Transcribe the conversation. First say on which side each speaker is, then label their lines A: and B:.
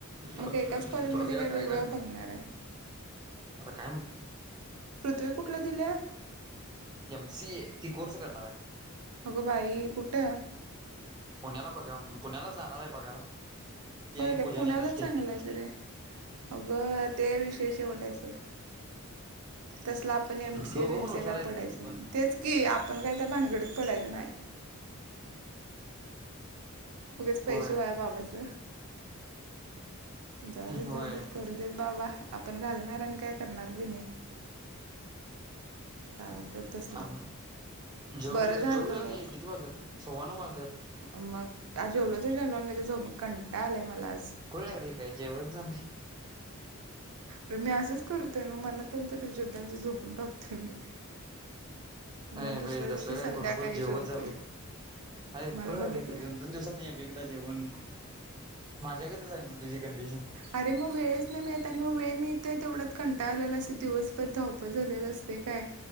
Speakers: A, on the right; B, on the right.
A: मग
B: आता
A: एकाच कॉलेजमध्ये
B: बघूया
A: वेगवेगळं
B: काय करता
A: बघणार आहे
B: आता काय म्ह
A: पृथ्वी कुठल्या दिल्या
B: एम सी ए ती कोर्स करणार आय
A: अगं बाई कुठं
B: पुण्याला बघ्याव पुण्याला जाणार हाय बघायला ती
A: होय
B: आणि
A: काय
B: पूजा
A: पुण्यालाच
B: नेमेष्टे
A: चांगल हाईत रे अगं ते विशेय शेवट हाय सोड तसल आप पण एम सी
B: दोघं
A: बी एम
B: पण हुशार
A: स काय
B: आहेत
A: पडायचं
B: ग ती पण
A: नाही तेच की आपण काय त्या भानगडीत पडायचं न्हाय उगच
B: होय
A: पैसे वाया बाबाच जाऊ देत
B: होय
A: जाऊ देत करु करू देत बाबा आपण घालणार आणि काय करणार बी न्हई काय उपयोग तसल
B: आणि जेऊ
A: बरं झालं
B: जेऊ जा की किती वाजल्यात सव्वा नऊ वाजल्यात
A: मग आज जेवलो ते जेवलो आणि लगेच झोपलो कंटाळ आलाय मला आज
B: खुळ लागलय काय जेवत जा बई
A: अरे मी असंच करतोय मग मनात तर जेवतोय नाहीतर झोपून टाकतोय मी
B: ये
A: मग दुसऱ्या
B: बई
A: दिवशी
B: तसल
A: संध्याकाळी
B: काय करू नको जेवत
A: जेवतोय
B: जा बई ये
A: मला
B: खुळ लागलय
A: बघितलं
B: काय दोन दोन दिवसात न एकेकदा जेवण माझ्यागत च हाय म्हण तुझी कंडिशन
A: अरे मग वेळच न्हय मिळत येत आणि मग वेळ मिळतंय तेवढ्यात कंटाळलेल असतय दिवसभर धावपळ झालेलं असतय काय